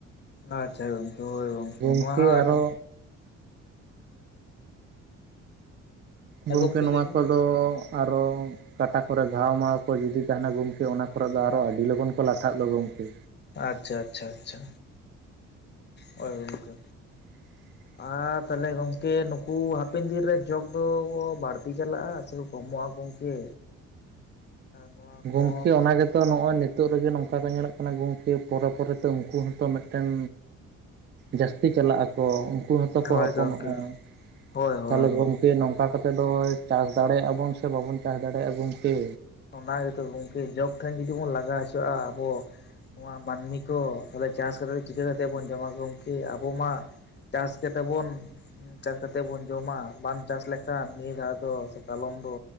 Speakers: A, on the left (about 35°); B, on the right (about 35°).
A: ᱟᱪᱪᱷᱟ ᱜᱚᱝᱠᱮ ᱦᱳᱭ ᱜᱚᱝᱠᱮ
B: ᱜᱚᱢᱠᱮ
A: ᱱᱚᱶᱟ ᱦᱚᱸ ᱟᱹᱰᱤ
B: ᱟᱨᱚ
A: ᱦᱮᱸ
B: ᱜᱚᱝᱠᱮ
A: ᱜᱚᱢᱠᱮ
B: ᱱᱚᱣᱟ
A: ᱞᱟᱹᱭ ᱵᱤᱱ
B: ᱠᱚᱫᱚ ᱟᱨᱚ ᱠᱟᱴᱟ ᱠᱚᱨᱮ ᱜᱷᱟᱣ ᱢᱟᱣ ᱠᱚ ᱡᱩᱫᱤ ᱛᱟᱦᱮᱱᱟ ᱜᱚᱢᱠᱮ ᱚᱱᱟ ᱠᱚᱨ ᱫᱚ ᱟᱨᱚ ᱟᱹᱰᱤ ᱞᱚᱜᱚᱱ ᱠᱚ ᱞᱟᱴᱷᱟᱜ ᱫᱚ ᱜᱚᱢᱠᱮ᱾
A: ᱟᱪᱪᱷᱟ ᱟᱪᱪᱷᱟ ᱟᱪᱪᱷᱟ ᱦᱳᱭ ᱜᱚᱢᱠᱮ᱾
B: <inaudible>
A: ᱟᱨ ᱛᱟᱦᱚᱞᱮ ᱜᱚᱝᱠᱮ ᱱᱩᱠᱩ ᱦᱟᱯᱮᱱ ᱫᱤᱱ ᱨᱮ ᱡᱚᱜ ᱫᱚᱠᱚ ᱵᱟᱹᱲᱛᱤ ᱪᱟᱞᱟᱜᱼᱟ ᱥᱮ ᱠᱚ ᱠᱚᱢᱚ-ᱟ ᱜᱚᱢᱠᱮ᱾ ᱱᱚᱣᱟ
B: ᱜᱚᱝᱠᱮ
A: ᱠᱚ
B: ᱚᱱᱟ ᱜᱮᱛᱚ ᱱᱚᱜᱼᱚᱭ ᱱᱤᱛᱳᱜ ᱨᱮᱜᱮ ᱱᱚᱝᱠᱟ ᱠᱚ ᱧᱮᱞᱚᱜ ᱠᱟᱱᱟ ᱜᱚᱢᱠᱮ ᱯᱚᱨᱮ ᱯᱚᱨᱮᱛᱮ ᱩᱱᱠᱩ ᱦᱚᱸᱛᱚ ᱢᱤᱫᱴᱮᱱ ᱡᱟᱹᱥᱛᱤ ᱪᱟᱞᱟᱜ ᱟᱠᱚ, ᱩᱱᱠᱩ ᱦᱚᱸᱛᱚ ᱠᱚ
A: ᱦᱳᱭ
B: ᱦᱚᱯᱚᱱᱚᱜᱼᱟ
A: ᱜᱚᱢᱠᱮ ᱦᱳᱭ ᱦᱳᱭ
B: ᱛᱟᱦᱚᱞᱮ
A: ᱦᱳᱭ
B: ᱜᱚᱝᱠᱮ ᱱᱚᱝᱠᱟ ᱠᱟᱛᱮ ᱛᱮᱫ ᱫᱚᱭ ᱪᱟᱥ ᱫᱟᱲᱮᱭᱟᱜᱼᱟ ᱵᱚᱱ ᱥᱮ ᱵᱟᱵᱚᱱ ᱪᱟᱥ ᱫᱟᱲᱮᱭᱟᱜᱼᱟ ᱜᱚᱝᱠᱮ?
A: ᱚᱱᱟ ᱜᱮᱛᱚ ᱜᱚᱝᱠᱮ ᱡᱚᱜ ᱴᱷᱮᱱ ᱡᱩᱫᱤ ᱵᱚᱱ ᱞᱟᱜᱟ ᱦᱚᱪᱚᱣᱟᱜᱼᱟ ᱟᱵᱚ᱾ ᱱᱚᱣᱟ ᱢᱟᱹᱱᱢᱤ ᱠᱚ ᱛᱟᱦᱚᱞᱮ ᱪᱟᱥ ᱠᱟᱛᱮᱫ ᱪᱤᱠᱟᱹ ᱠᱟᱛᱮᱫ ᱵᱚᱱ ᱡᱚᱢᱟ ᱜᱚᱢᱠᱮ᱾ ᱟᱵᱚ ᱢᱟ ᱪᱟᱥ ᱠᱮᱛᱮ ᱵᱚᱱ ᱪᱟᱥ ᱠᱟᱛᱮᱫ ᱵᱚᱱ ᱡᱚᱢᱟ᱾ ᱵᱟᱢ ᱪᱟᱥ ᱞᱮᱠᱷᱟᱱ ᱱᱤᱭᱟᱹ ᱫᱷᱟᱣ ᱫᱚ ᱥᱮ ᱠᱟᱞᱚᱢ ᱫᱚ